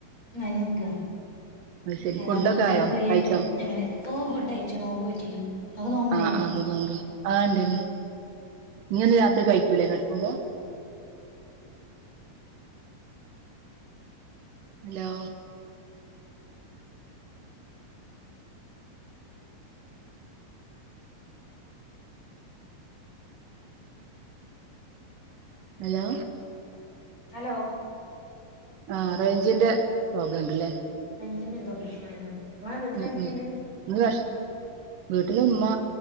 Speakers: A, on the left; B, on the right.
A: യിനൊക്ക
B: അത് ശരി
A: ഏതായാലും
B: ഫുഡൊക്കെ
A: എന്തായാലും
B: ആയോ
A: ഫ്രീ
B: കഴിച്ചോ
A: ആയിട്ട് എങ്ങനെ ഓ ഫുഡയ്ച്ചു നോമ്പോ റ്റീനു ഇങ്ങക്ക് നോമ്പണ്ടേന
B: ആഹ് ആഹ് അപ്പൊ നോമ്പ് ആഹ് ഇണ്ട്ണ്ട് ഇഞ്ഞിന്ന് രാത്രി കഴിക്കൂല്ലേ കെടക്കുമ്പോ ഹലോ ഹലോ
A: ഹലോ
B: ആഹ് റേഞ്ചിന്റെ പ്രോബ്ലം ണ്ടല്ലേ
A: പിന്നെന്തോ പ്രശ്നായതാ ഇങ്ങളെ വീട്ടിലാരൊക്കെണ്ട്
B: ഉം ഉം ഈ വർഷ് വീട്ടിലുമ്മ